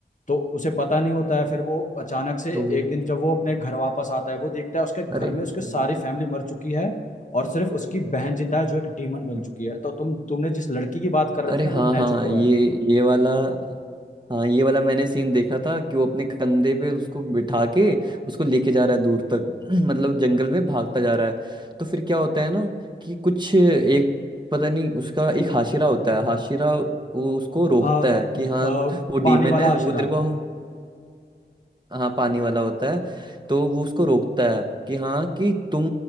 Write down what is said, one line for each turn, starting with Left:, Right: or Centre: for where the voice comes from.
Left: तो उसे पता नहीं होता है फिर वो अचानक से
Right: ओ,
Left: एक दिन जब वो अपने घर वापस आता है वो देखता है उसके घर
Right: अरे हम्म,
Left: में उसके सारी फैमिली मर चुकी है और सिर्फ उसकी बहन जिंदा है जो एक डीमन बन
Right: हम्म।
Left: चुकी है तो तुम तुमने जिस लड़की की बात कर रहे
Right: अरे
Left: थे ना वो
Right: हाँ
Left: नेजुको
Right: हाँ ये
Left: है
Right: ये वाला हाँ ये वाला मैंने सीन देखा था कि वो अपने कंधे पे उसको बिठा के उसको लेके जा रहा है दूर तक <clears throat> मतलब जंगल में भागता जा रहा है तो फिर क्या होता है ना कि कुछ एक पता नहीं उसका एक हाशिरा होता है हाशिरा वो उसको रोकता
Left: आ, व-
Right: है कि हाँ
Left: आ,
Right: वो डीमन
Left: पानी वाला
Right: है
Left: आशिरा
Right: वो तेरे को हाँ पानी वाला होता है तो वो उसको रोकता है कि हाँ कि तुम